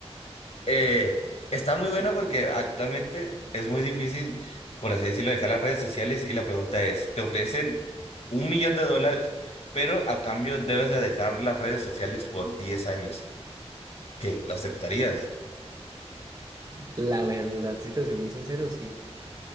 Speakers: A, on the left; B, on the right.
A: eh, está muy bueno porque actualmente es muy difícil, por así decirlo, dejar las redes sociales y la pregunta es, ¿te ofrecen un millón de dólares, pero a cambio debes de dejar las redes sociales por 10 años? ¿Qué? ¿Lo aceptarías?
B: La verdad, si te soy muy sincero, sí,